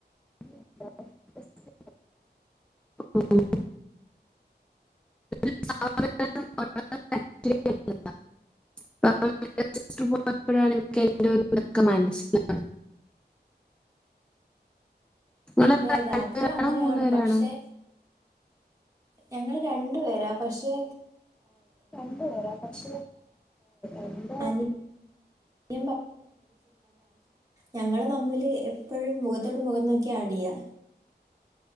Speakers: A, in the centre; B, on the right (about 20°).
A: <unintelligible> ആഹ് <inaudible> <unintelligible> യപ്പോഴാണ് എനിക്ക് അയിന്റൊക്കൊരിത് മനസ്സിലായത് നിങ്ങൾ
B: അതെ അതെ
A: രണ്ടുപേരാണോ
B: അത് അങ്ങനെയാണ്
A: മൂന്നുപേരാണോ
B: പക്ഷെ ഞങ്ങള് രണ്ടു പേരാ പക്ഷേ
A: രണ്ടു പേരാ പക്ഷെ എന്ത
B: അനിയൻ <unintelligible> ഞങ്ങള് തമ്മില് എപ്പഴും മുഖത്തോട് മുഖം നോക്കിയാ അടിയാ